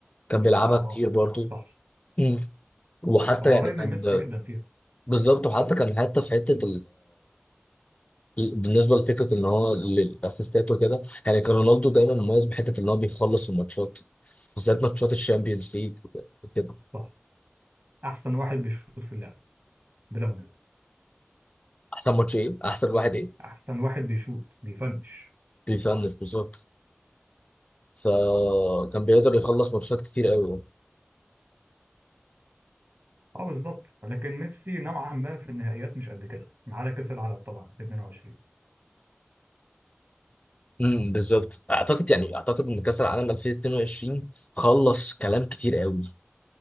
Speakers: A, on the left; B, on the right.
A: كان بيلعبها
B: اه اه
A: كتير برضه
B: صح
A: مم. وحتى
B: هو
A: يعني
B: قريب
A: كان
B: من ميسي جدا فيها
A: بالظبط وحتى كان حتى في حتة بالنسبه لفكره ان هو للاسيستات وكده يعني كان رونالدو دايما مميز بحته ان هو بيخلص الماتشات بالذات ماتشات الشامبيونز ليج وكده
B: صح احسن واحد بيشوط في اللعبه بلا منازع
A: احسن ماتش ايه احسن واحد ايه
B: احسن واحد بيشوط بيفنش
A: بيفنش بالظبط فكان بيقدر يخلص ماتشات كتير قوي يعني.
B: اه بالظبط لكن ميسي نوعا ما في النهائيات مش قد كده ما عدا كاس العالم طبعا في 22
A: امم بالظبط اعتقد يعني اعتقد ان كاس العالم 2022 خلص كلام كتير قوي